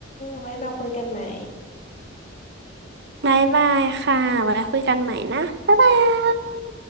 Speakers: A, on the left; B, on the right.
A: ไว้มาคุยกันใหม่
B: บายบายค่ะไว้คุยกันใหม่นะบ๊ายบาย